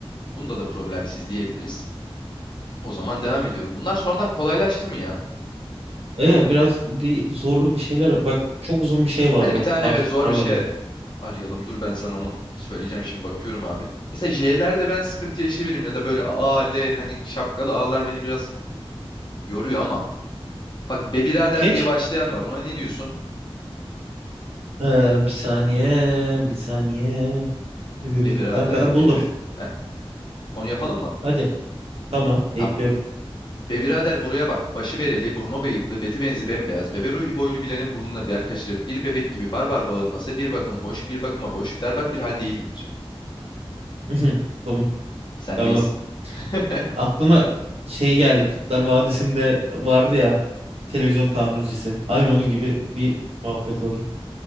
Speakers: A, on the left; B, on the right.
A: Bunda da problemsiz diyebiliriz. O zaman devam ediyorum. Bunlar sonradan kolaylaştı mı ya?
B: Evet biraz bir zorlu bir şeyler. Bak çok uzun bir şey var
A: Hadi
B: bak
A: bir tane
B: taş
A: evet zor
B: tarlada.
A: bir şey arayalım. Dur ben sana onu söyleyeceğim şimdi bakıyorum abi. Mesela J'lerde ben sıkıntı yaşayabilirim ya da böyle A, L hani şapkalı A'lar beni biraz yoruyor ama bak be birader
B: Seç.
A: diye başlayan var. Ona ne diyorsun?
B: Ee, bir saniye, bir saniye. Ee,
A: Be
B: Bekle.
A: birader
B: Ben buldum.
A: diye bir. Heh, onu yapalım mı?
B: Hadi. Tamam, bekliyorum.
A: Tamam. Be birader buraya bak. Başı bereli, burma bıyıklı, beti benzi bembeyaz. Bebe ruhi boylu Bilal'in burnuna bir yer kaçırıp bir bebek gibi barbar bağırması bir bakıma hoş, bir bakıma boş, berbat bir hal değil midir?
B: <laughs> Komik.
A: Sendeyiz.
B: Tamam.
A: <laughs>
B: Aklıma şey geldi. Kurtlar Vadisi'nde vardı ya televizyon tamircisi. Aynı onun gibi bir muhabbet oldu.